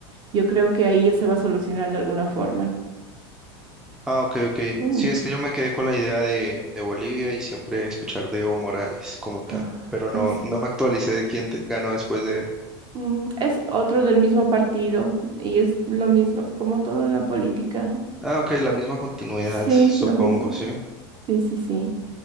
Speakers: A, on the right (about 35°); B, in the centre.
A: Yo creo que ahí ya se va a solucionar de alguna forma.
B: Ah, ok, ok.
A: Mm.
B: Sí, es que yo me quedé con la idea de, de Bolivia y siempre escuchar de Evo Morales como tal,
A: Ah,
B: pero no,
A: ah, sí.
B: no me actualicé de quién te- ganó después de él.
A: Mm, Es otro del mismo partido y es lo mismo, como todo en la política.
B: Ah, ok, la misma continuidad,
A: Sí,
B: supongo,
A: lo mismo.
B: ¿sí?
A: Sí, sí, sí.